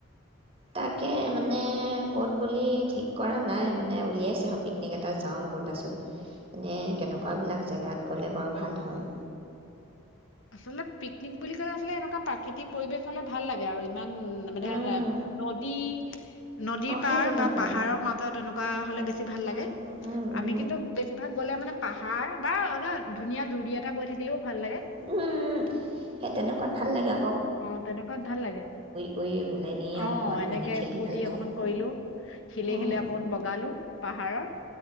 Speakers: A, on the right; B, on the left.
A: তাকে মানে ক'ত বুলি ঠিক কৰা নাই মানে উলিয়াইছে আৰু পিকনিক এটা যাওঁ ব'লাচোন এনেই কেনেকুৱাবিলাক জেগাত গ'লে বাৰু ভাল হয়
B: আচলতে পিকনিক বুলি ক'লে আচলতে এনেকুৱা প্ৰাকৃতিক পৰিবেশ হলে ভাল লাগে আৰু ইমান মানে
A: উম,
B: ধ নদী নদীৰ
A: অঁ
B: পাৰ
A: সেই তেনেকুৱা
B: বা পাহাৰৰ মাজত এনেকুৱা হলে
A: উম,
B: বেছি ভাল লাগে
A: উম, উম, উম,
B: আমি কিন্তু বেছিভাগ গ'লে মানে পাহাৰ বা অানে ধুনীয়া জুৰিীয়াাত এটা বৈ থাকিলে ভাল লাগে
A: উম উম সেই তেনেকুৱাত ভাল লাগে আ
B: অ তেনেকুৱাত ভাল লাগে
A: কৰি পেলাই নি আৰু
B: অ
A: অকণমান
B: এনেকে
A: পানী খেলি
B: ফূৰ্তি
A: ভাল লাগে
B: অকমান
A: নহয়
B: কৰিলো শিলে
A: উম,
B: শিলে অকমান বগালো পাহাৰৰ